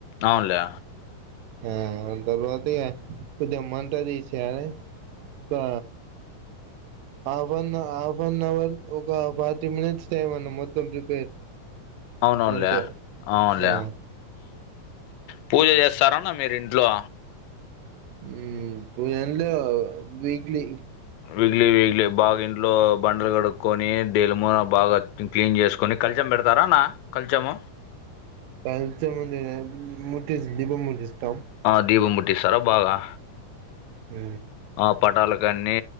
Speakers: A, on the left; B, on the right.
A: అవునులే
B: ఆ తర్వాత కొద్దిగా మంట తీసేయాలి ఆ half an half an hour ఒక ఫార్టీ మినిట్స్ టైమ్ అన్న మొత్తం ప్రిపేర్
A: అవునవునులే
B: అంతే
A: అవునులే
B: ఆ
A: పూజ చేస్తారానా మీరు ఇంట్లో
B: ఇగ అందు వీక్లీ
A: విక్లి విక్లి బాగా ఇంట్లో బండలు కడుక్కొని దలిమూన బాగా క్లీన్ చేసుకొని కలిచం పెడతారా నా కలిచము
B: కలచం ఉంది మ దీపం ముట్టిస్తాం
A: ఆ దీపం ముట్టిస్తారా బాగా
B: ఉ
A: ఆ పటాలకన్ని